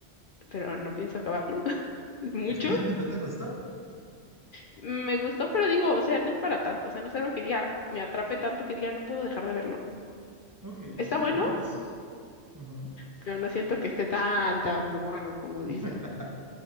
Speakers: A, on the left; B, on the right.
A: pero no pienso acabarlo. <laughs> Es mucho.
B: <laughs> ¿No te gustó?
A: Me gustó, pero digo, o sea, no es para tanto. O sea, no es algo que diga, me atrape tanto que diga, no puedo dejar de verlo.
B: Ok,
A: Está
B: sí,
A: bueno,
B: no, y pues. ujú.
A: pero no siento que esté tan, tan bueno como dicen.
B: <laughs>